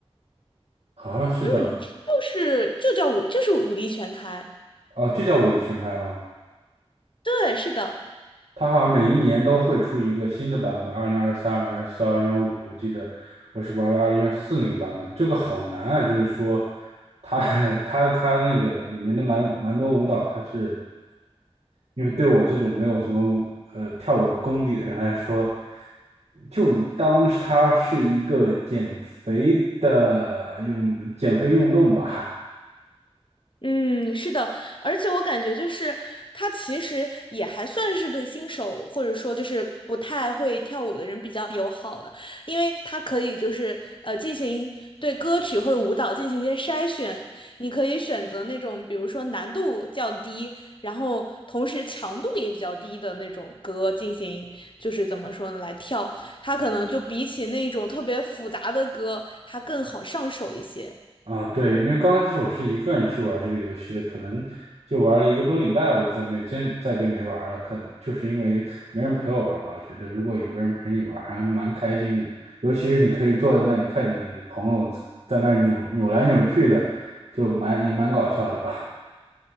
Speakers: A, on the right (about 85°); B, on the left (about 50°).
A: 好像是叫
B: 嗯，就是就叫武，就是武力全开，
A: 哦，就叫舞力全开吗？
B: 对，是的。
A: 它好像每一年都会出一个新的版本，二零二三、二零二四、二零二五，我记得我是玩的二零二四那个版本，这个好难啊！就是说，它 <laughs> 它它那个里面的蛮蛮多舞蹈，它是因为对我这种没有什么舞呃跳舞功底的人来说，就当是它是一个减肥的用减肥运动吧。
B: 嗯，是的，而且我感觉就是他其实也还算是对新手或者说就是不太会跳舞的人比较友好的，因为他可以就是呃进行对歌曲或者舞蹈进行一些筛选，你可以选择那种比如说难度较低，然后同时强度也比较低的那种歌进行就是怎么说呢来跳，它可能就比起那种特别复杂的歌，它更好上手一些。
A: 啊，对，因为刚开始我是一个人去玩这个游戏的，可能就玩了一个多礼拜，我就再没坚，再就没玩了。可能就是因为没人陪我玩吧，我觉得如果有个人陪你玩，还蛮开心的。尤其是你可以坐在那里看你的朋友在那儿扭扭来扭去的，就蛮也蛮搞笑的吧。